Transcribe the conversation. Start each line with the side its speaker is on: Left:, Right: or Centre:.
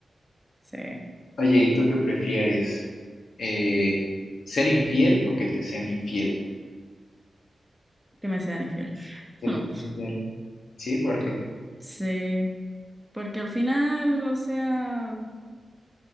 Centre: Sí,
Left: Oye, ¿y tú qué prefieres? Eh, ¿ser infiel o que te sean infiel?
Centre: que me sean infiel.
Left: Que te
Centre: <laughs>
Left: sean infiel. Sí, porque,
Centre: Sí, porque al final, o sea,